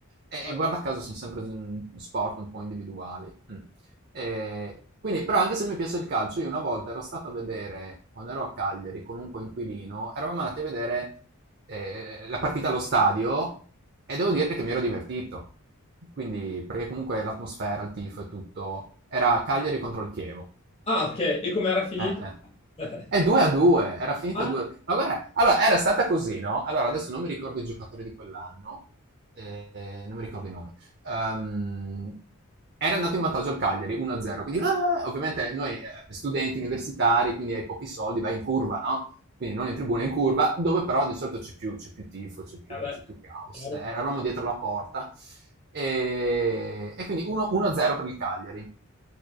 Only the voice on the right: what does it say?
E
guarda caso sono sempre un- sport un po' individuali. Mm. E quindi, però, anche se mi piace il calcio, io una volta ero stato a vedere, quando ero a Cagliari con un coinquilino, eravamo andati a vedere eh, la partita allo stadio e devo dire che mi ero divertito. Quindi, perché comunque l'atmosfera, il tifo e tutto, era Cagliari contro il Chievo.
Eh, eh.
È 2 a 2, era finita
2 a 2. Ma guarda, allora era stata così, no? Allora adesso non mi ricordo i giocatori di quell'anno, eh, non mi ricordo i nomi. Ehm, era andato in vantaggio al Cagliari 1-0, quindi ah, ovviamente noi eh, studenti universitari, quindi hai pochi soldi, vai in curva, no? Quindi non in tribuna, in curva, dove però di solito c'è più, c'è più tifo, c'è più,
c'è più caos.
Eh, eravamo dietro la porta e, e quindi 1-0 per il Cagliari.